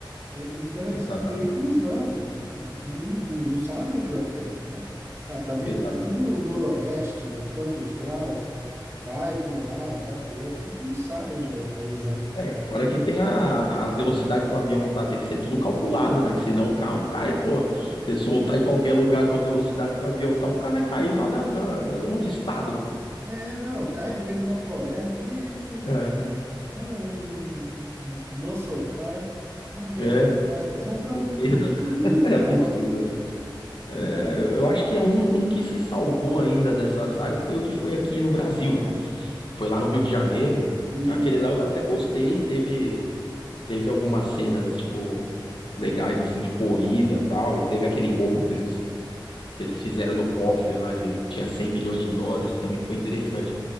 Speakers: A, on the right; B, on the left.
A: É, então, esses
B: Exatamente.
A: veículos não, não, não não sabe onde vai cair, né? Ah, tá ventando
B: Exatamente.
A: noroeste, tantos graus, vai para um lado, vai para o outro, mas não sabe onde vai cair
B: É, fora que tem a, a velocidade que o avião tá, tem que ser tudo calculado, né? Que senão o carro cai, pô. Se soltar em qualquer lugar com a velocidade que o avião tá, o carro vai cair lá na, na, na- em outro estado, pô.
A: É, não, cai no meio de uma floresta e aí vai fazer
B: É,
A: o quê? Não, um, um, um um muscle car no meio
B: é,
A: da floresta. Você vai para
B: no
A: onde?
B: meio
A: Não
B: da...
A: vai
B: <laughs>
A: para lugar nenhum,
B: É
A: porra.
B: absurdo, né? É,
A: Cara,
B: eu, eu acho que é um, um que se salvou ainda dessa saga foi o que foi aqui no Brasil, né? Foi lá no Rio de Janeiro.
A: e
B: Aquele lá eu até gostei, teve. teve algumas cenas, tipo, legais, assim, de corrida e tal, e teve aquele roubo que eles, que eles fizeram do cofre lá, de, que tinha 100 milhões de dólares, também foi interessante.